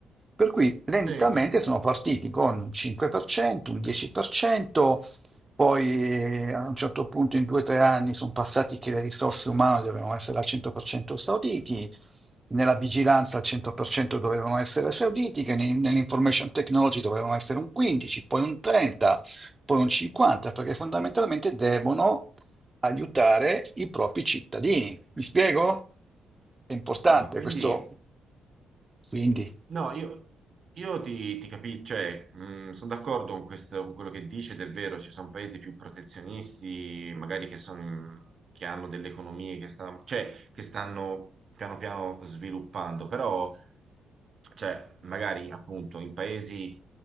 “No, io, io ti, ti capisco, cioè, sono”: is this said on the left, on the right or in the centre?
Right